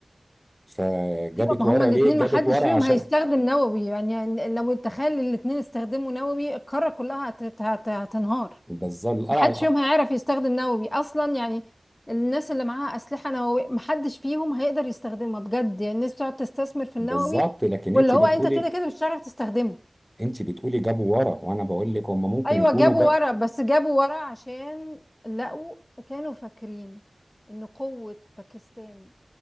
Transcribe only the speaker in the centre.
فجابت
ورا
ليه؟ جابت
ورا
عشان
بالظبط
لا
لا،
بالظبط لكن
انت
بتقولي
انت بتقولي جابوا ورا وانا بقول لك هم ممكن
يكونوا
جا